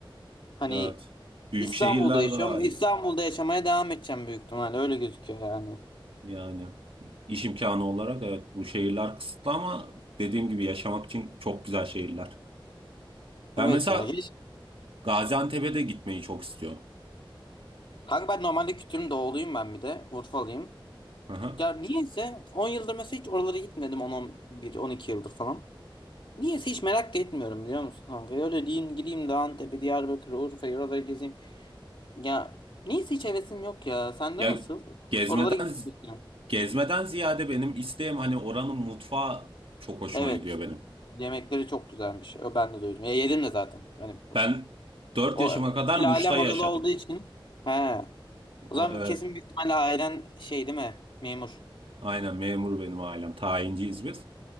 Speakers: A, on the left; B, on the right.
A: Hani
B: Evet. Büyük
A: İstanbul'da
B: şehirler
A: yaşıyorum.
B: daha
A: İstanbul'da
B: iyi.
A: yaşamaya devam edeceğim büyük ihtimalle. Öyle gözüküyor yani.
B: Yani iş imkanı olarak evet bu şehirler kısıtlı ama dediğim gibi yaşamak için çok güzel şehirler. Ben
A: Evet
B: mesela
A: ya. Hiç...
B: Gaziantep'e de gitmeyi çok istiyorum.
A: Kanka ben normalde Kütüm doğuluyum ben bir de. Urfalıyım.
B: Hı hı.
A: Ya niyeyse 10 yıldır mesela hiç oralara gitmedim. on on bir on iki yıldır falan. Niyeyse hiç merak da etmiyorum biliyor musun kanka? Öyle diyeyim gideyim de Antep'i, Diyarbakır'ı, Urfa'yı oraları gezeyim. Ya niyeyse hiç hevesim yok ya. Sende
B: Ya
A: nasıl?
B: gezmeden
A: Oralara gitmek mi istiyorsun?
B: Gezmeden ziyade benim isteğim hani oranın mutfağı çok hoşuma
A: Evet.
B: gidiyor benim.
A: Yemekleri çok güzelmiş. Ö, Ben de duydum. Ya yedim de zaten. Hani
B: Ben 4
A: O
B: yaşıma kadar
A: sülalem
B: Muş'ta yaşadım.
A: oralı olduğu için. He. O
B: O,
A: zaman
B: evet.
A: kesin büyük ihtimalle ailen şey değil mi? Memur.
B: Aynen memur benim ailem. Tayinciyiz biz.